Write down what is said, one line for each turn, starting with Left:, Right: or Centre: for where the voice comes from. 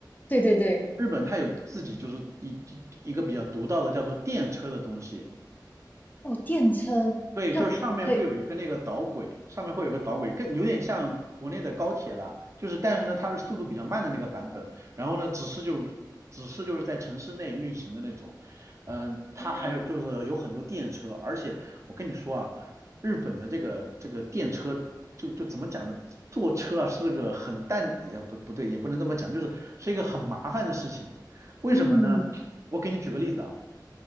Left: 对对对，
Right: 日本它有自己就是一一一个比较独到的叫做电车的东西。
Left: 哦，电车，
Right: 对，
Left: 它可以，
Right: 就是上面会有一个那个导轨，上面会有个导轨，更有点像国内的高铁啦。就是，但是呢，它是速度比较慢的那个版本。然后呢，只是就只是就是在城市内运行的那种。嗯、它还有就是有很多电车，
Left: 嗯
Right: 而且我跟你说啊，日本的这个这个电车就就怎么讲呢？坐车啊是个很淡，也不不对，也不能这么讲，就是是一个很麻烦的事情。为什么呢？
Left: 嗯，
Right: 我给你举个例子啊。